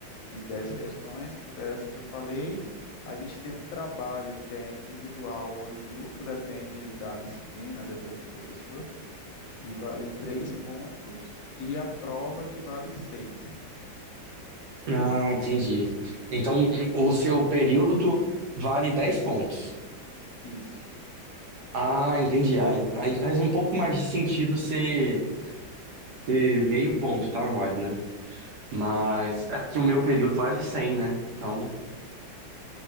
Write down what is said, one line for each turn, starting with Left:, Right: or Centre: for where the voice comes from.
Left: de 10 questões, que foi essa que eu falei. A gente tem um trabalho que é individual ou em grupo, depende da disciplina, depende do professor, que vale 3 pontos e a prova que vale seis
Right: Ah, entendi. Então, o seu período vale 10 pontos.
Left: Isso,
Right: Ah, entendi. Aí, aí faz um pouco mais de sentido ser ter meio ponto tá mole, né? Mas é que o meu período vale 100, né? Então,